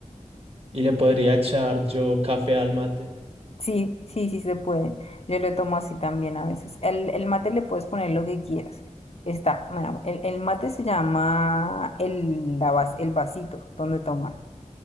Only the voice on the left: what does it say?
Sí, sí, sí se puede. Yo lo tomo así también a veces. El, el mate le puedes poner lo que quieras. Está, bueno, el, el mate se llama el, la vas- el vasito donde toman.